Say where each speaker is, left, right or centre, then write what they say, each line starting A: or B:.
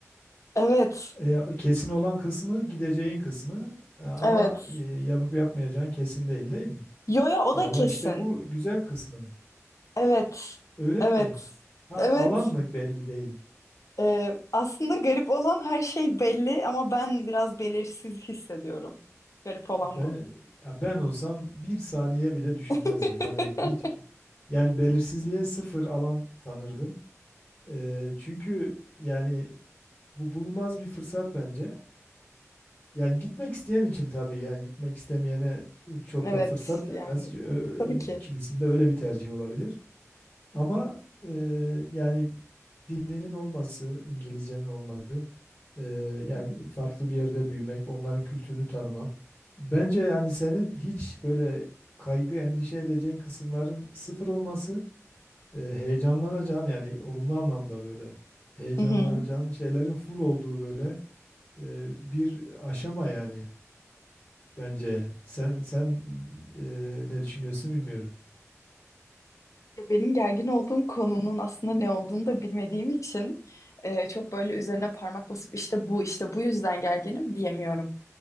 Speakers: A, on the left; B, on the left.
A: Evet,
B: heh, e, kesin olan kısmı gideceğin kısmı E, ama
A: evet.
B: e, yapıp yapmayacağın kesin değil değil mi?
A: Yo yo o
B: Vallahi
A: da kesin.
B: işte bu güzel kısmı.
A: Evet,
B: Öyle
A: evet,
B: mi? Ha,
A: evet.
B: alan mı belli değil.
A: Ee, aslında garip olan her şey belli ama ben biraz belirsiz hissediyorum. Garip olan
B: Ben
A: bu.
B: ya ben olsam bir saniye bile düşünmezdim.
A: <laughs>
B: Hani hiç yani belirsizliğe sıfır alan tanırdım. Ee, çünkü yani bu bulunmaz bir fırsat bence. Yani gitmek isteyen için tabii yani gitmek istemeyene e, çok
A: Evet
B: da fırsat denmez.
A: yani
B: Ö-
A: tabii ki.
B: e, Kimisinde öyle bir tercih olabilir. Ama e, yani dilinin olması, İngilizcenin olması, e, yani
A: Hı hı.
B: farklı bir yerde büyümek, onların kültürünü tanımak. Bence yani senin hiç böyle kaygı, endişe edeceğin kısımların sıfır olması, e, heyecanlanacağın yani olumlu anlamda böyle heyecanlanacağın
A: Hı hı.
B: şeylerin full olduğu böyle e, bir aşama yani bence. Sen sen e, ne düşünüyorsun bilmiyorum.
A: Ya Benim gergin olduğum konunun aslında ne olduğunu da bilmediğim için e, çok böyle üzerine parmak basıp işte bu işte bu yüzden gerginim diyemiyorum.